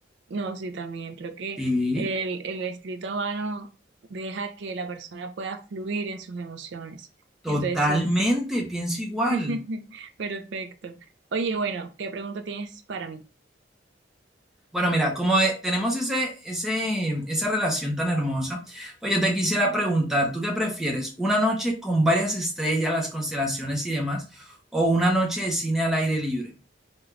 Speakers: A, on the right (about 70°); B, in the centre.
A: No, sí, también creo que
B: Sí,
A: el, el escrito a mano deja que la persona pueda fluir en sus emociones.
B: totalmente,
A: Entonces, sí,
B: pienso igual.
A: <laughs> perfecto. Oye, bueno, ¿qué pregunta tienes para mí?
B: Bueno, mira, como eh, tenemos ese, ese, esa relación tan hermosa, pues yo te quisiera preguntar, ¿tú qué prefieres? ¿Una noche con varias estrellas, las constelaciones y demás, o una noche de cine al aire libre?